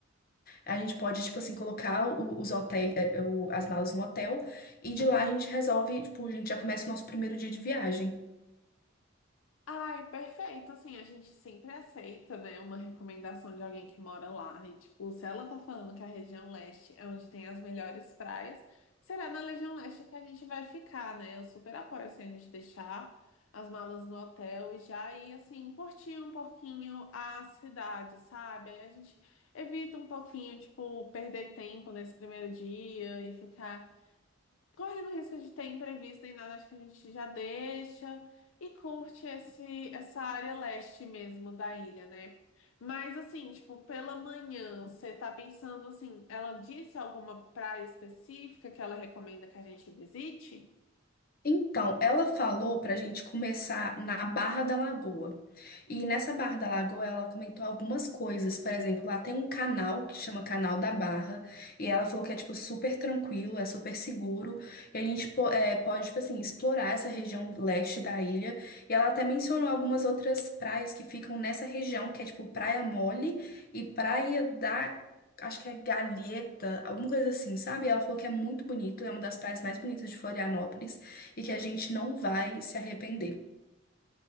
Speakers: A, on the left; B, on the left.
A: A gente pode, tipo assim, colocar o- os hotéis, eh, o- as malas no hotel e de lá a gente resolve, tipo, a gente já começa o nosso primeiro dia de viagem.
B: Ai, perfeito. Assim, a gente sempre aceita, né, uma recomendação de alguém que mora lá. E, tipo, se ela tá falando que a região leste é onde tem as melhores praias, será na região leste que a gente vai ficar, né? Eu super apoio, assim, a gente deixar as malas no hotel e já ir, assim, curtir um pouquinho a cidade, sabe? Aí a gente evita um pouquinho, tipo, perder tempo nesse primeiro dia e ficar correndo o risco de ter imprevisto nem nada, acho que a gente já deixa e curte esse, essa área leste mesmo da ilha, né? Mas assim, tipo, pela manhã, você tá pensando assim, ela disse alguma praia específica que ela recomenda que a gente visite?
A: Então, ela falou para a gente começar na Barra da Lagoa. E nessa Barra da Lagoa, ela comentou algumas coisas. Por exemplo, lá tem um canal que chama Canal da Barra. E ela falou que é, tipo, super tranquilo, é super seguro. E a gente po- é, pode, tipo assim, explorar essa região leste da ilha. E ela até mencionou algumas outras praias que ficam nessa região, que é, tipo, Praia Mole e Praia da. Acho que é Galheta, alguma coisa assim, sabe? E Ela falou que é muito bonito, é uma das praias mais bonitas de Florianópolis e que a gente não vai se arrepender.